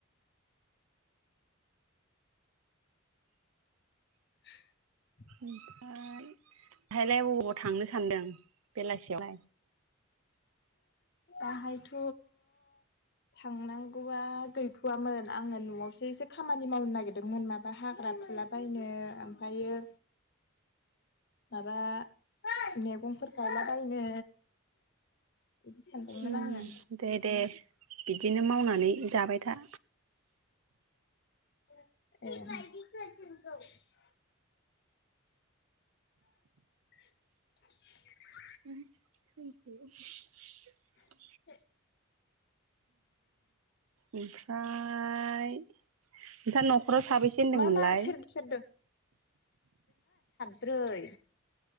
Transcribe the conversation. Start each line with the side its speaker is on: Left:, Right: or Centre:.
Left: <inaudible>
Right: ओमफ्राय बेहायलाय बबाव थांनो सान्दों बेलासि? <inaudible>
Left: दाहायथ' थांनांगौआ गैथ'वामोन आङो न'आवसो एसे खामानि मावनो नागिरदोंमोन माबा हाग्रा फुलाबायनो ओमफ्रायो माबा मैगंफोर गायलाबायनो बिदि सानदोंमोन
Right: उ
Left: आङो
Right: दे दे बिदिनो मावनानै जाबाय था
Left: <unintelligible> <inaudible>
Right: <inaudible>
Left: <inaudible>
Right: ओमफ्राय नोंस्रा न'खराव साबैसे होनदोंमोनलाय?
Left: मा मा सोर सोरदों ब्रै